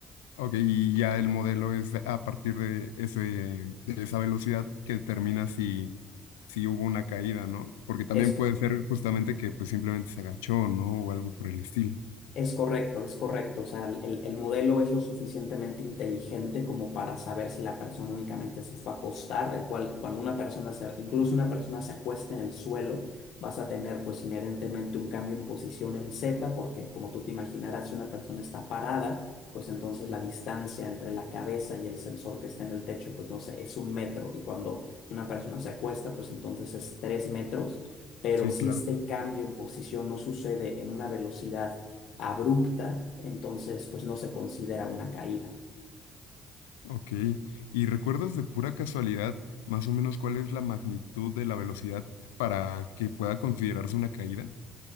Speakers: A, on the left (about 80°); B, on the left (about 65°).
A: Ok, y ya el modelo es a partir de ese, de esa velocidad que determina si, si hubo una caída, ¿no? Porque también
B: Es
A: puede ser justamente que pues simplemente se agachó, ¿no? O algo por el estilo.
B: Es correcto, es correcto. O sea, el, el- el modelo es lo suficientemente inteligente como para saber si la persona únicamente se fue a acostar, el cual cuando una persona se, incluso una persona se acuesta en el suelo, vas a tener pues inherentemente un cambio en posición en Z, porque como tú te imaginarás, si una persona está parada, pues entonces la distancia entre la cabeza y el sensor que está en el techo, pues no sé, es un metro. Y cuando una persona se acuesta, pues entonces es tres metros. Pero
A: Sí,
B: si
A: claro.
B: este cambio en posición no sucede en una velocidad abrupta, entonces pues no se considera una caída.
A: Ok, ¿y recuerdas de pura casualidad más o menos cuál es la magnitud de la velocidad para que pueda considerarse una caída?